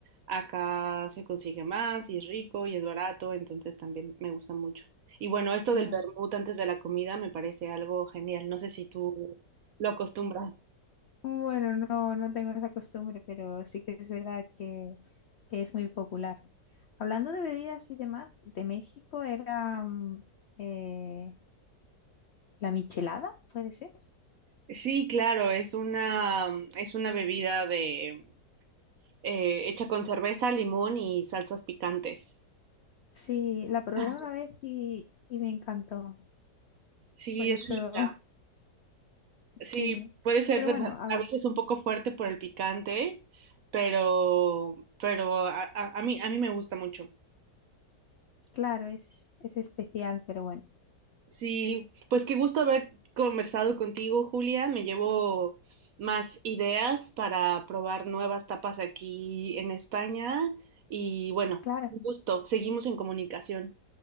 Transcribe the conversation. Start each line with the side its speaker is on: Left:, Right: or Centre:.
Right: acá se consigue más y es rico y es barato, entonces también me gusta mucho. Y bueno, esto
Left: claro.
Right: del vermut antes de la comida me parece algo genial. No sé si tú lo acostumbras.
Left: Bueno, no, no tengo esa costumbre, pero sí que es verdad que, que es muy popular. Hablando de bebidas y demás, de México era mm, eh, la michelada, ¿puede ser?
Right: Sí, claro, es una, es una bebida de, eh, hecha con cerveza, limón y salsas picantes.
Left: Sí, la probé
Right: <laughs>
Left: una vez y, y me encantó.
Right: Sí,
Left: Por eso,
Right: es rica.
Left: <laughs>
Right: Sí,
Left: sí.
Right: puede ser
Left: Pero
Right: de-
Left: bueno, habl-
Right: a veces un poco fuerte por el picante, pero, pero a, a- a mí, a mí me gusta mucho.
Left: claro, es, es especial, pero bueno,
Right: Sí, pues qué gusto haber conversado contigo, Julia. Me llevo más ideas para probar nuevas tapas aquí en España. Y bueno,
Left: claro.
Right: un gusto. Seguimos en comunicación.